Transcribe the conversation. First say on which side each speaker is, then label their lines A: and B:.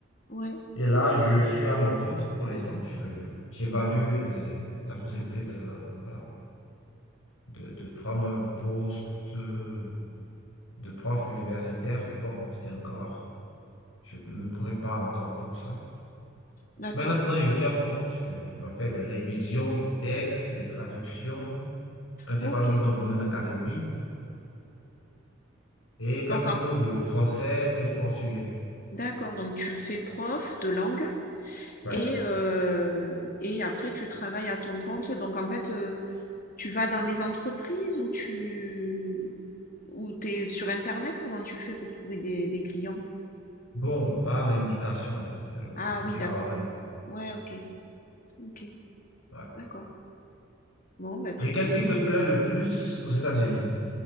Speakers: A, on the left (about 45°); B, on the left (about 85°).
A: Ouais,
B: Et là, je suis à mon compte pour l'instant. Je- J'évalue des- la possibilité de, voilà, de, de prendre un poste de prof universitaire. Mais bon, c'est encore, je me prépare encore pour ça.
A: d'accord.
B: Mais maintenant, je suis à mon compte. Je refais des révisions de textes, des traductions, principalement
A: OK.
B: dans le domaine académique, et quelques
A: Donc en-
B: cours de français et de portugais.
A: d'accord, donc tu fais prof de langue
B: Ouais.
A: et euh, et après tu travailles à ton compte. Donc en fait, euh, tu vas dans les entreprises ou tu ou ou t'es sur Internet, comment tu fais pour trouver des, des clients?
B: Bon, par indication, hein, c'est le
A: Ah
B: bouche
A: oui, d'accord.
B: à oreille.
A: Ouais, OK. OK.
B: Ouais.
A: D'accord. Bon, bah, très
B: Et qu'est-ce
A: bien.
B: qui te plaît le plus aux États-Unis?